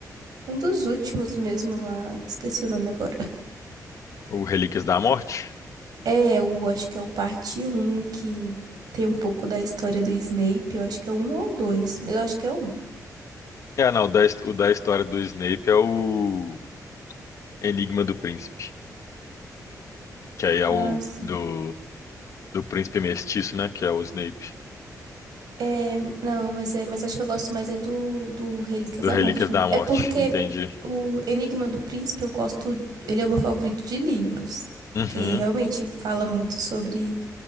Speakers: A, on the right (about 75°); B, on the left (about 50°).
A: um dos últimos mesmo lá, esqueci o nome agora.
B: O Relíquias da Morte?
A: É, eu acho que é o parte Um que tem um pouco da história do Snape. Eu acho que é um ou dois, mas eu acho que é um.
B: É, não, o da, his- o da história do Snape é o Enigma do Príncipe, que aí é
A: Ah,
B: o
A: sim.
B: do do príncipe mestiço, né? Que é o Snape,
A: É, não, mas é, mas acho que eu gosto mais é do, do Relíquias
B: do
A: da
B: Relíquias
A: Morte
B: da
A: mesmo.
B: Morte,
A: É porque
B: entendi.
A: o Enigma do Príncipe eu gosto, ele é o meu favorito de livros, porque
B: Uhum,
A: realmente fala muito sobre